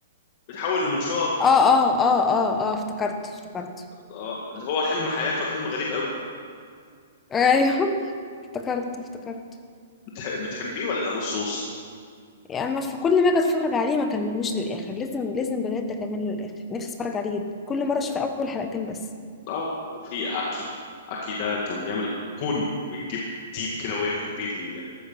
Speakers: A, on the left; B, on the left.
A: بيتحول لمنشار
B: اه اه اه اه اه افتكرته افتكرته
A: اه اللي هو حلم حياته حلم غريب قوي
B: ايوه <laughs> افتكرته افتكرته
A: بتح... بتحبيه ولا نص نص
B: يعني مش في كل ما اجي اتفرج عليه ما كملوش للاخر لازم لازم بجد اكمله للاخر نفسي اتفرج عليه جدا كل مره اشوف اول حلقتين بس
A: اه وفي اكي اكي ده كان بيعمل كون ويجيب ديب كده وياكل بيه ال-